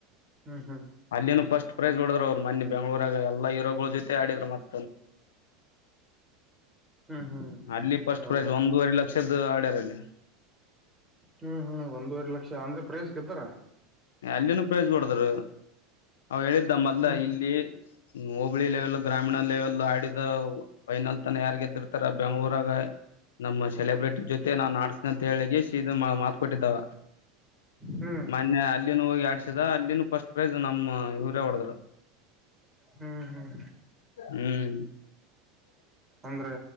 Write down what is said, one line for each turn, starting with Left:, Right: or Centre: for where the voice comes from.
Right: ಹ್ಮ್ ಹ್ಮ್
Left: ಅಲ್ಲಿೇನು ಫಸ್ಟ್ ಪ್ರೈಸ್ ಹೊಡ್ರ್ ಅವರು ಮಿ ಬೆಂಗಳೂರಾಗ ಎಲ್ಲಾ ಹೀರೋ ಗಳು ಜೊತೆ ಆಡಿದ್ತ್ತೆ
Right: ಹ್ಮ್ ಹ್ಮ್
Left: ಅಲ್ಲಿ ಫಸ್ಟ್
Right: ಹೌದಾ
Left: ಪ್ರೈಸ್ ಒಂದೂವರೆ ಲಕ್ಷದ ಆಡ್ಯಾರ ಅಲ್ಲಿ
Right: ಹ್ಮ್ ಹ್ಮ್ ಒಂದೂವರೆ ಲಕ್ಷ ಅಂದ್ರೆ ಪ್ರೈಸ್ ಗೆದ್ದರೆ
Left: ಅಲ್ಲಿನ ಪ್ರೈಜ್ ಕೊಡದರು ಅವ ಹೇಳಿದ್ದ ಮೊದ್ಲ
Right: ಹ್ಮ್
Left: ಇಲ್ಲಿ ಹೋಬಳಿ ಲೆವೆಲ್ ಗ್ರಾಮೀಣ ಲೆವೆಲ್ ಆಡಿದ ಫೈನಲ್ ತನ ಯಾರ್ ಗೆದ್ದಿರುತ್ತಾರೆ ಬೆಂಗಳೂರಾಗ ನಮ್ಮ ಸೆಲೆಬ್ರಿಟಿ ಜೊತೆ ನಾವು ನಾಡ್ಸ್ದ ಅಂತ ಹೇಳಗೆ ಇ ಮಾತಕೊಟ್ಟಿದ್ದಾವ
Right: ಹ್ಮ್
Left: ಮೊನ್ನೆ ಅಲ್ಲಿನೂ ಹೋಗಿ ಆಡ್ಸಿದ ಅಲ್ಲಿನ ಫಸ್ಟ್ ಪ್ರೈಜ್ ನಮ್ಮ್ ಇವರೇ ಹೊಡದ್ರು
Right: ಹ್ಮ್ ಹ್ಮ್ ಹ್ಮ್
Left: ಹ್ಮ್
Right: ಅಂದ್ರೆ